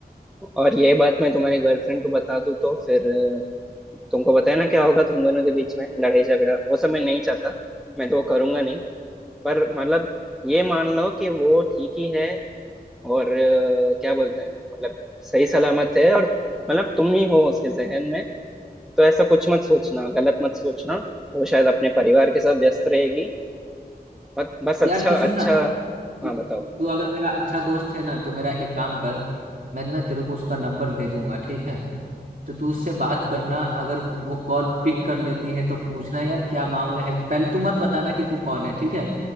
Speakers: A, in the centre; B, on the right.
A: और ये बात मैं तुम्हारी गर्लफ्रेंड को बता दूँ तो फिर अ, तुमको पता है ना क्या होगा तुम दोनों के बीच में लड़ाई झगड़ा वो सब मैं नहीं चाहता मैं तो वो करूंगा नहीं पर मतलब ये मान लो कि वो ठीक ही है और अ, क्या बोलते हैं मतलब सही सलामत है और मतलब तुम ही हो उसके जहन में तो ऐसा कुछ मत सोचना गलत मत सोचना वो शायद अपने परिवार के साथ व्यस्त रहेगी बस बस अच्छा
B: यार तो सुन
A: अच्छा
B: ना तू
A: हाँ
B: तू
A: बताओ
B: अगर मेरा अच्छा दोस्त है ना तो मेरा एक काम कर मैं ना तेरे को उसका नंबर भेजूंगा ठीक है तो तू उससे बात करना अगर वो कॉल पिक कर लेती है तो पूछना यार क्या मामला है पहले तू मत बताना कि तू कौन है ठीक है